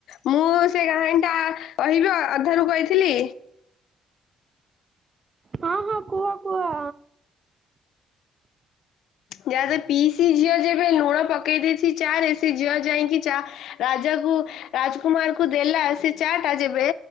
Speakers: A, on the left; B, on the right.
A: ମୁଁ ସେ କାହାଣୀ ଟା କହିବି ଅଧାରୁ କହିଥିଲି।
B: ହଁ ହଁ କୁହ କୁହ।
A: ଯାହା ବି ପିଇସି ଝିଅ ଯେବେ ଲୁଣ ପକେଇ ଦେଇଚି ଚା ରେ ସେ ଝିଅ ଜାଇଁକି ଚା ରାଜାକୁ ରାଜକୁମାର କୁ ଦେଲା ସେ ଚା ଟା ଯେବେ